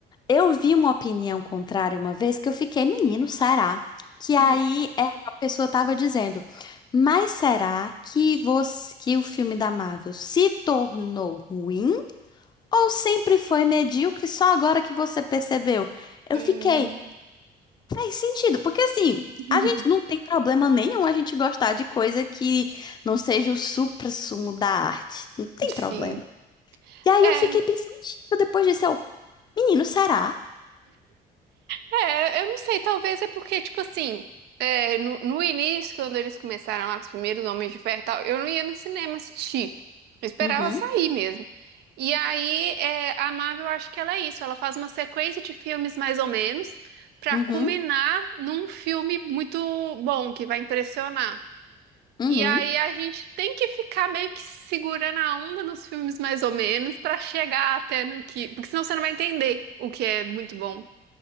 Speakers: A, on the left (about 25°); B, on the right (about 75°).
A: eu vi uma opinião contrária uma vez que eu fiquei, menino, será? Que aí
B: Hum,
A: é, a pessoa tava dizendo, mas será que você, que o filme da Marvel se tornou ruim ou sempre foi medíocre só agora que você percebeu? Eu
B: hum.
A: fiquei, faz sentido, porque assim,
B: <laughs>
A: a gente não tem problema nenhum a gente gostar de coisa que não seja o suprassumo da arte. Não tem
B: Sim.
A: problema. E aí
B: É,
A: eu fiquei pensativa depois disso, eu, menino, será?
B: é, eu não sei, talvez é porque, tipo assim, é, No, no início, quando eles começaram lá com os primeiros Homens de Ferro e tal, eu não ia no cinema assistir. Eu esperava
A: Uhum,
B: sair mesmo. E aí, é, a Marvel, eu acho que ela é isso. Ela faz uma sequência de filmes mais ou menos pra
A: uhum,
B: culminar num filme muito bom, que vai impressionar.
A: uhum.
B: E aí a gente tem que ficar meio que segurando a onda nos filmes mais ou menos pra chegar até no que... Porque senão você não vai entender o que é muito bom